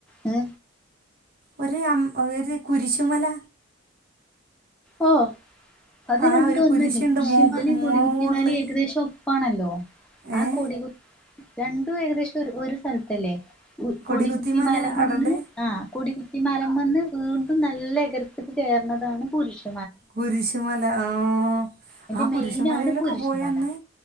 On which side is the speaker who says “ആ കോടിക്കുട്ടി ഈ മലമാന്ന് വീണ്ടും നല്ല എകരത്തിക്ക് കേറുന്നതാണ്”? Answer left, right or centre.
Centre